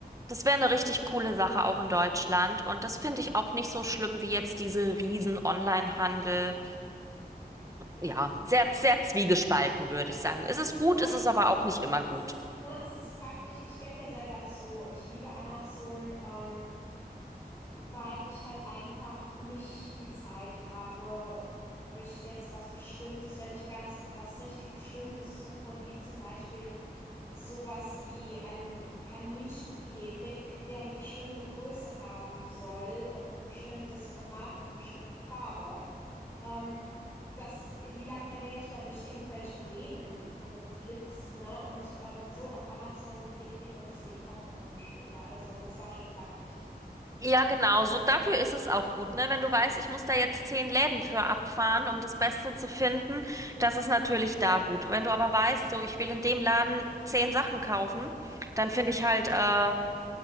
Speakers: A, on the right; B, on the left.
A: Das wäre eine richtig coole Sache auch in Deutschland. Und das finde ich auch nicht so schlimm wie jetzt diese riesen Online-Handel.
B: ja,
A: Ja, sehr, sehr zwiegespalten, würde ich sagen. Es ist gut,
B: ja.
A: es ist aber auch nicht immer gut.
B: Es ist, ne, es ist praktisch. Ich gebe ja selber zu. Ich liebe Amazon. Ähm, weil ich halt einfach nicht die Zeit habe, durch jetzt was Bestimmtes, wenn ich ganz was richtig Bestimmtes suche, wie zum Beispiel sowas wie ein Kaninchenkäfig, der eine bestimmte Größe haben soll und ein bestimmtes Format und eine bestimmte Farbe. Ähm, das, wie lange wäre ich da durch irgendwelche Läden geflitzt, ne? Und ähm, so auf Amazon klick, klick und das Ding kommt eine Woche später. Also das war schon praktisch.
A: Ja, genau. So dafür ist es auch gut, ne? Wenn du weißt, ich muss da jetzt zehn Läden für abfahren, um das Beste zu finden, das ist natürlich da gut. Wenn du aber weißt, so ich will in dem Laden zehn Sachen kaufen, dann finde ich halt äh,